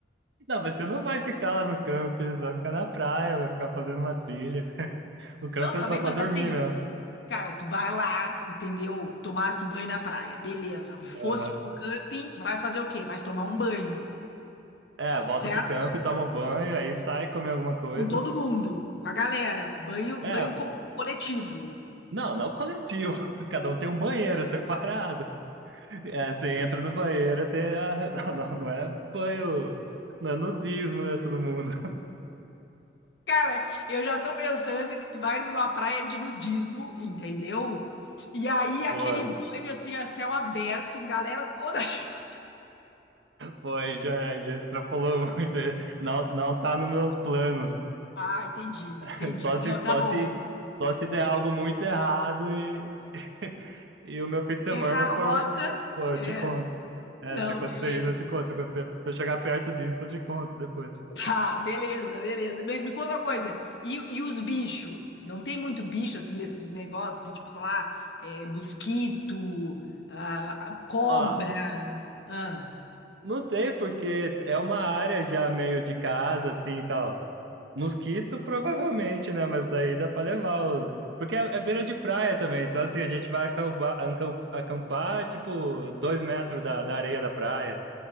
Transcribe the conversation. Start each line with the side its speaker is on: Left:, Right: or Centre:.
Right: Não, mas você não vai ficar lá no camping, você vai ficar na praia, vai ficar fazendo uma trilha. O campo
Left: Não, tá
Right: é só
Left: bem,
Right: pra
Left: mas
Right: dormir
Left: assim,
Right: mesmo.
Left: cara, tu vai lá, entendeu? Tomasse banho na praia, beleza. Fosse
Right: Aham.
Left: pro camping, vai fazer o quê? Vai tomar um banho,
Right: É, volta
Left: certo?
Right: pro campo e toma um banho, aí sai comer alguma coisa.
Left: Com todo mundo, com a galera. Banho,
Right: É,
Left: banho co- coletivo.
Right: Não, não coletivo. <laughs> Cada um tem um banheiro separado. É, você entra no banheiro até. A... <laughs> Não, não, não é banho. Não é nudismo, né, todo mundo?
Left: Cara, eu já tô pensando que tu vai numa praia de nudismo, entendeu? E aí
Right: <laughs> Boa.
Left: aquele banho assim a céu aberto, galera toda. <laughs>
Right: Foi, já, já extrapolou <laughs> muito. Não, não tá nos meus planos.
Left: Ah, entendi,
Right: <laughs>
Left: entendi.
Right: Só se,
Left: Não, tá
Right: só
Left: bom.
Right: se, só se der algo muito errado e, <laughs> e o meu fim de semana
Left: Errar a
Right: for.
Left: rota.
Right: Pô,
Left: É.
Right: eu te conto. É,
Left: Não,
Right: se acontecer
Left: beleza.
Right: isso, eu te conto. Se, acontecer, se eu chegar perto disso, eu te conto depois.
Left: Tá, beleza, beleza. Mas me conta uma coisa. E, e os bichos? Não tem muito bicho assim desses negócios, assim, tipo, sei lá, é, mosquito, ah, cobra.
Right: Ó,
Left: Ah,
Right: Não tem, porque é uma área já meio de casa, assim e tal. Mosquito, provavelmente, né? Mas daí dá pra levar os. Porque é, é beira de praia também, então assim, a gente vai acampar, ancam- acampar, tipo, dois metros da, da areia da praia.